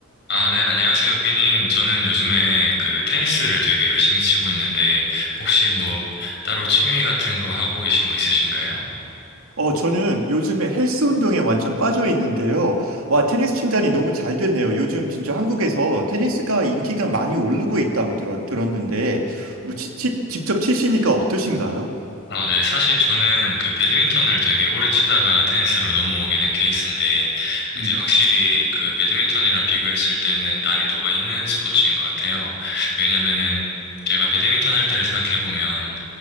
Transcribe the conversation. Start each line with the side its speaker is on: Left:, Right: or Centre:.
Left: 아, 네, 안녕하세요, 삐님. 저는 요즘에 그 테니스를 되게 열심히 치고 있는데, 혹시 뭐 따로 취미 같은 거 하고 계신 거 있으신가요?
Right: 어, 저는 요즘에 헬스 운동에 완전 빠져 있는데요. 와, 테니스 친단이 너무 잘 됐네요. 요즘 진짜 한국에서 테니스가 인기가 많이 오르고 있다고 들었, 들었는데, 뭐, 치, 치- 직접 치시니까 어떠신가요?
Left: 아, 네, 사실 저는 그 배드민턴을 되게 오래 치다가 테니스로 넘어오게 된 케이스인데, 이제
Right: 음.
Left: 확실히 그 배드민턴이랑 비교했을 때는 난이도가 있는 스포츠인 것 같아요. 왜냐면은 제가 배드민턴 할 때를 생각해보면